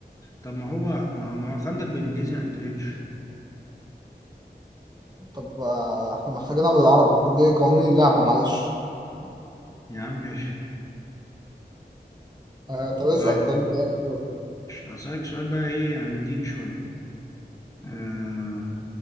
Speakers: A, on the left; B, on the right.
A: طب ما هو ما هو ما هو خندق بالإنجليزي يعني ترنش
B: طب آه إحنا محتاجينها بالعربي دي قوانين اللعبة معلش
A: يا عم ماشي
B: آه طب اسأل
A: طيب
B: طب أنت عايز إيه؟
A: مش- هسألك سؤال بقى ايه يعني ديني شوية آه